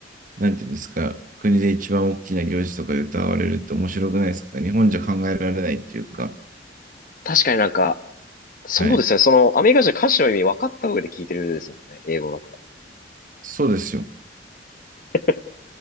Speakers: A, on the right; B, on the left.
A: なんていうんですか、国で一番大きな行事とかで歌われるって面白くないですか日本じゃ考えられないっていうか、
B: 確かになんか、そうですね。
A: はい。
B: その、アメリカ人は歌詞の意味分かった上で聞いてるですもんね。英語だから。
A: そうですよ。
B: <laughs>